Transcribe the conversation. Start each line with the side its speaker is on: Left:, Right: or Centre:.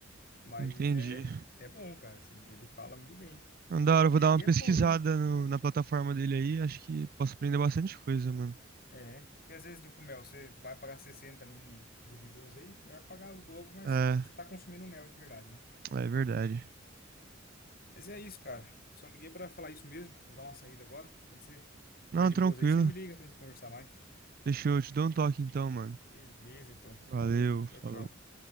Left: Mas
Right: Entendi.
Left: é, é bom, cara, assim, ele fala muito bem.
Right: Não, da hora,
Left: E
Right: eu vou
Left: é,
Right: dar uma
Left: e é
Right: pesquisada
Left: puro, né?
Right: no- na plataforma dele aí. Acho que posso aprender bastante coisa, mano.
Left: É, porque às vezes, tipo, mel, você vai pagar 60 num duvidoso aí, melhor pagar o dobro, mas
Right: É,
Left: você tá consumindo mel de verdade, né?
Right: é verdade.
Left: Mas é isso, cara. Só liguei pra falar isso mesmo. Vou dar uma saída agora. Quando você tiver
Right: Não,
Left: de
Right: tranquilo.
Left: boas aí, você me liga pra gente conversar mais.
Right: Deixa eu te dar um toque então, mano.
Left: Beleza, então.
Right: Valeu,
Left: Falou, tchau, tchau.
Right: falou.